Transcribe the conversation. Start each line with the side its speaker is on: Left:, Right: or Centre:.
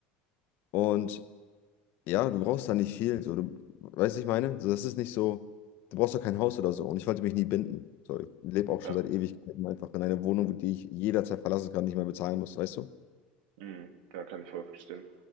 Left: Und ja, du brauchst da nicht viel. So, du, weißt du, ich meine? So, das ist nicht so, du brauchst doch kein Haus oder so. Und ich wollte mich nie binden. So, ich lebe auch schon
Right: Ja.
Left: seit Ewigkeiten einfach in einer Wohnung, die ich jederzeit verlassen kann, nicht mehr bezahlen muss, weißt du?
Right: Mhm. Ja, kann ich voll verstehen.